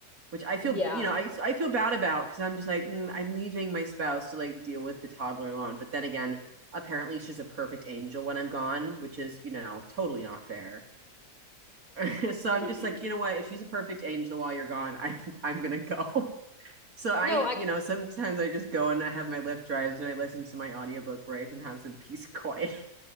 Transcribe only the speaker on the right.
which I feel,
you know, I I feel bad about because I'm just like mm, I'm leaving my spouse to like deal with the toddler alone. But then again, apparently she's a perfect angel when I'm gone, which is you know totally not fair. <laughs> so I'm
just like, you know what? If she's a perfect angel while you're gone, <laughs> I I'm gonna go. <laughs> So I,
you know, sometimes I just go and I have my Lyft drives and I listen to my audiobook where I can have some peace and quiet.